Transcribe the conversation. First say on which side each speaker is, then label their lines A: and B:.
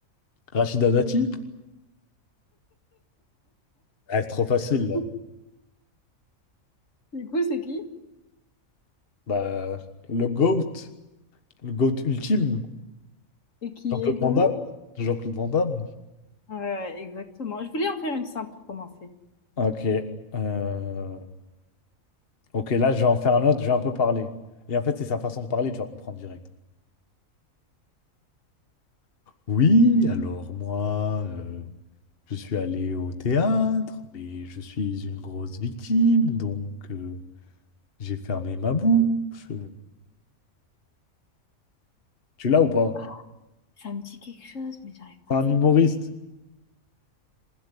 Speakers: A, on the left; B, on the left.
A: Rachida Dati? Ah, c'est trop facile
B: <laughs>
A: là.
B: Du coup, c'est qui?
A: Bah, le GOAT, le GOAT ultime,
B: Et qui
A: Jean-Claude
B: est donc?
A: Van Damme. Jean-Claude Van Damme.
B: Ouais, exactement. Je voulais en faire une simple pour commencer.
A: Ok. euh, Ok, là, je vais en faire un autre, je vais un peu parler. Et en fait, c'est sa façon de parler, tu vas comprendre direct. Oui, alors moi, euh, je suis allé au théâtre, mais je suis une grosse victime, donc euh, j'ai fermé ma bouche. Tu l'as ou pas?
B: Ah, ça me dit quelque chose, mais j'arrive pas
A: C'est
B: à
A: un
B: savoir
A: humoriste.
B: qui c'est.